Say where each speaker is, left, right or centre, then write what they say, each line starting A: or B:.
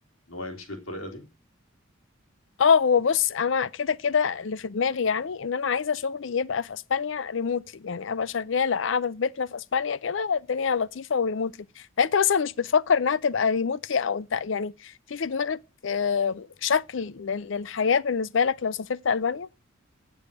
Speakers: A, on the left (about 85°); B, on the left (about 65°).
A: إن هو يمشي بالطريقة دي
B: اه هو بص انا كده كده اللي في دماغي يعني ان انا عايزه شغلي يبقى في اسبانيا ريموتلي يعني ابقى شغاله قاعده في بيتنا في اسبانيا كده الدنيا لطيفه وريموتلي فانت مثلا مش بتفكر انها تبقى ريموتلي او انت يعني في في دماغك آه، شكل لل- للحياه بالنسبه لك لو سافرت البانيا